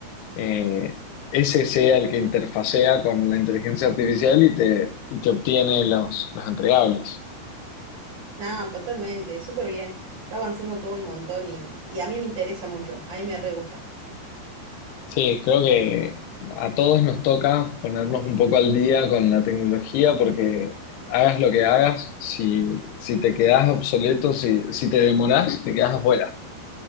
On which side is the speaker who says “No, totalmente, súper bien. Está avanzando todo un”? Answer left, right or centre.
Right